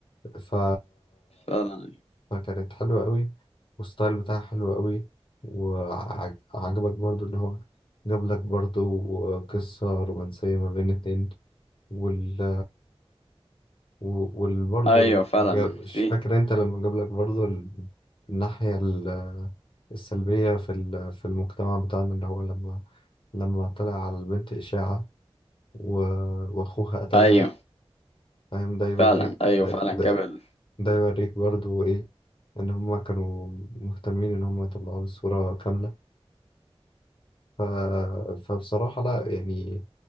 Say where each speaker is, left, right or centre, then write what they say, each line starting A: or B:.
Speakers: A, on the left; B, on the left.
A: ف...
B: فعلا
A: فكانت حلوة قوي والستايل بتاعها حلو قوي وعجبك برضو ان هو جاب لك برضو قصة رومانسية ما بين اتنين وال و- والبرضو
B: أيوة
A: ال-
B: فعلا
A: جا- مش
B: في
A: فاكر انت لما جاب لك برضو ال- الناحية ال- السلبية في ال- في المجتمع بتاعنا اللي هو لما لما طلع على البنت إشاعة و- وأخوها قتلها
B: أيوة
A: فاهم ده يوريك
B: فعلا أيوة
A: ده,
B: فعلا
A: ده
B: قبل
A: ده يوريك برضو إيه إن هما كانوا مهتمين إن هما يطلعوا الصورة كاملة ف... فبصراحة لأ يعني